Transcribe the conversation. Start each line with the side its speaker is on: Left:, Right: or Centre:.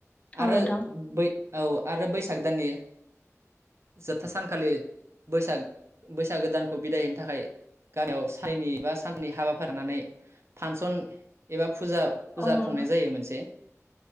Left: औ
Right: आरो
Left: नोंथां
Right: बै औ आरो बैसाग दाननि जोबथा सानखालि बैसाग बैसागोदानखौ बिदाय होनो थाखाय गामियाव सानननै एबा सानथामनि हाबाफारि लानानै फांसन एबा फुजा फुजा
Left: औ नोंथां
Right: खुंनाय जायो मोनसे।